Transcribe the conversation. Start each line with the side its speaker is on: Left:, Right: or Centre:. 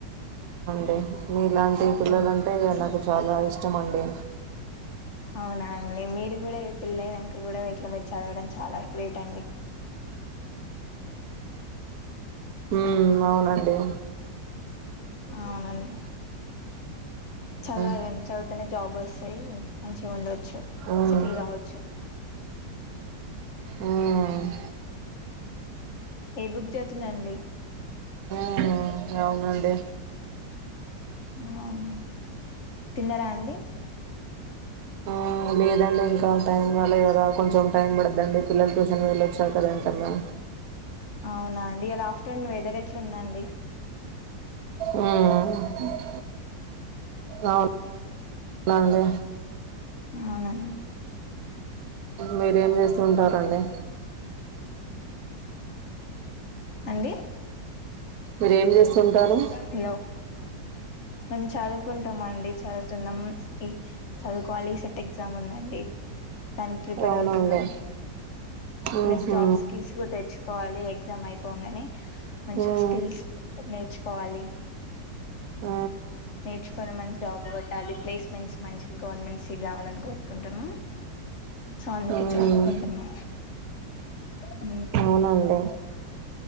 Right: డే మీ ఇలాంటి పిల్లల
Left: మ్మ్,
Right: అంటే ఇగా నాకు చా చాలా ఇష్టమండి
Left: అవునా అండి మీరు గూడా ఇగ పెళ్ళయినాంక గూడా ఇట్ల మీరు చదవడం చాలా గ్రేట్ అండి
Right: ఉ అవునండి
Left: అవునండి చదవాలండి
Right: మ్మ్
Left: చదువ్ తనే జాబ్ వస్తాయి మంచిగుండొచ్చు
Right: మ్మ్
Left: సెటిల్ కావచ్చు
Right: ఉమ్
Left: ఏ బుక్ చేతున్నాండి
Right: ఉమ్ అవునండి
Left: అవును తిన్నారా అండి
Right: ఆ వేదాలు వాన్ టైమ్ బాలేదు కదా కొంచెం టైం పడదండి పిల్లలు టూషన్ వెళ్ళొచ్చారు కదా ఎంతన్నా
Left: అవునా అండి ఇలా ఆఫ్టర్నూన్ వెదర్ ఏట్లుందండీ
Right: ఉ ఉ అవున్ నండి
Left: అవునండి
Right: మీరేం చేస్తు ఉంటారండి
Left: అండి
Right: మీరేం చేస్తుంటారు
Left: హలో మేము చదువుకుంటాం అండి చదువుతున్నాం ఈ చదువు క్వాలిసేట్ ఎగ్జామ్ ఉందండి దానికి ప్రిపేర్
Right: అవునండి
Left: అవుతున్నాం ప్లేస్
Right: ఉహు
Left: జాబ్ స్కిల్స్ కూడా తెచ్చుకోవాలి ఎగసామ్ అయిపోంగనే మంచి
Right: ఉమ్
Left: స్కిల్స్ నేర్చు పోవాలి
Right: ఆ
Left: నేర్చుకొని మంచి జాబ్ కొ లి ప్లేస్మెంట్స్ మంచి గవర్నమెంట్ సీటు రావాలని కోరుకుంటున్నా సో అందుకే
Right: ఉమ్
Left: చదువుకుంటున్నా ఉ
Right: అవునండి